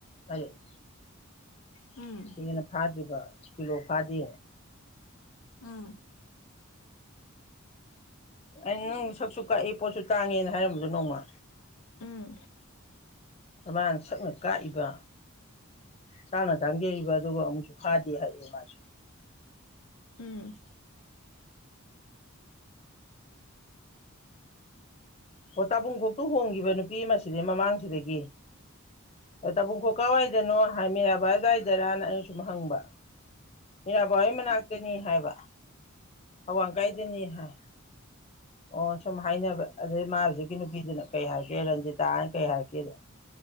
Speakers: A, on the left; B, on the left.
A: ꯍꯥꯏꯔꯛꯑꯦ
B: ꯎꯝ
A: ꯍꯦꯟꯅ ꯐꯥꯗ꯭ꯔꯤꯕ ꯀꯤꯂꯣ ꯐꯥꯗꯦ
B: <unintelligible>
A: ꯑꯩ ꯅꯪ ꯁꯛꯁꯨ ꯀꯛꯑꯦ ꯄꯣꯠꯁꯨ ꯇꯥꯡꯉꯦꯅ ꯍꯥꯏꯔꯝꯕꯗꯣ ꯅꯣꯡꯃ
B: ꯎꯝ
A: ꯃꯥꯅ ꯁꯛꯅ ꯀꯥꯛꯏꯕ ꯆꯥꯅ ꯇꯥꯡꯖꯔꯤꯕ ꯑꯗꯨꯒ ꯑꯃꯨꯛꯁꯨ ꯐꯥꯗꯦ ꯍꯥꯏꯔꯛꯑꯦ ꯃꯥꯁꯨ
B: ꯎꯝ
A: ꯑꯣ ꯇꯥꯕꯨꯡꯈꯣꯛꯇ ꯍꯣꯡꯈꯤꯕ ꯅꯨꯄꯤ ꯑꯃꯁꯤꯗꯤ ꯃꯃꯥꯡꯁꯤꯗꯒꯤ ꯇꯥꯕꯨꯡꯈꯣꯛ ꯀꯥꯏꯋꯥꯏꯗꯅꯣ ꯍꯥꯏ ꯃꯤꯔꯥꯕꯥꯏ ꯑꯗꯨꯋꯥꯏꯗꯔꯅ ꯑꯩꯅ ꯁꯨꯝ ꯍꯪꯕ ꯃꯤꯔꯥꯕꯥꯏ ꯍꯣꯏ ꯃꯅꯥꯛꯇꯅꯤ ꯍꯥꯏꯕ ꯑꯋꯥꯡꯀꯥꯏꯗꯅꯤ ꯍꯥꯏ ꯑꯣ ꯁꯨꯝ ꯍꯥꯏꯅꯕ ꯑꯗꯩ ꯃꯥ ꯍꯧꯖꯤꯛꯀꯤ ꯅꯨꯄꯤꯗꯨꯅ ꯀꯩ ꯍꯥꯏꯔꯒꯦ ꯔꯟꯖꯤꯇꯥ ꯍꯥꯏꯅ ꯀꯩ ꯍꯥꯏꯔꯛꯒꯦꯗ